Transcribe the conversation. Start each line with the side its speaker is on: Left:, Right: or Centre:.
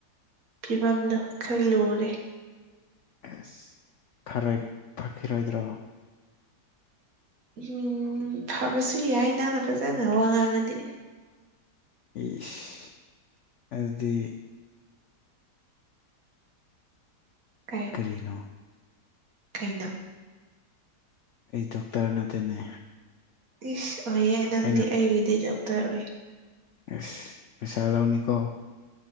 Right: ꯐꯤꯕꯝꯗꯣ ꯈꯔ ꯂꯨꯔꯦ꯫
Left: ꯑꯁ ꯐꯈꯤꯔꯣꯏꯗ꯭ꯔꯣ
Right: ꯎꯝ ꯐꯕꯁꯨ ꯌꯥꯏ ꯅꯪꯅ ꯐꯖꯅ ꯋꯥ ꯉꯥꯡꯉꯗꯤ
Left: ꯏꯁ ꯑꯗꯨꯗꯤ
Right: ꯀꯩ
Left: ꯀꯔꯤꯅꯣ
Right: ꯀꯩꯅ
Left: ꯑꯩ ꯗꯣꯛꯇꯔ ꯅꯠꯇꯦꯅꯦ
Right: ꯏꯁ ꯑꯣꯏꯑꯦ ꯅꯪꯗꯤ
Left: ꯑꯩꯅ
Right: ꯑꯩꯒꯤꯗꯤ ꯗꯣꯛꯇꯔ ꯑꯣꯏꯌꯦ
Left: ꯑꯥꯏꯁ ꯄꯩꯁꯥ ꯂꯧꯅꯤꯀꯣ